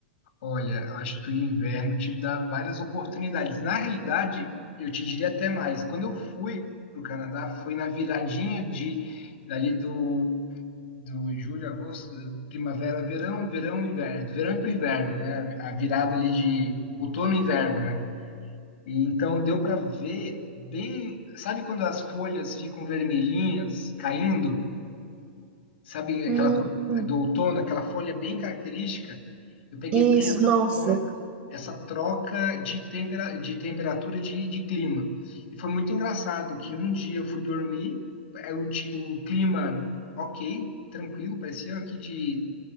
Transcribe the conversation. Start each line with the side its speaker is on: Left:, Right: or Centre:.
Left: Olha, acho que o inverno te dá várias oportunidades. Na realidade, eu te diria até mais. Quando eu fui para o Canadá, foi na viradinha de dali do, do julho, agosto, primavera, verão, verão, inverno, do verão para o inverno, né? A virada ali de outono e inverno, né? E então deu para ver bem, sabe quando as folhas ficam vermelhinhas caindo? Sabe
Right: Hum,
Left: aquela tro- do outono, aquela folha bem característica? Eu peguei
Right: isso,
Left: bem essa
Right: nossa.
Left: troca, essa troca de, tempera, de temperatura de, de clima. E foi muito engraçado que um dia eu fui dormir, é o, ti- o clima ok, tranquilo, parecia aqui de,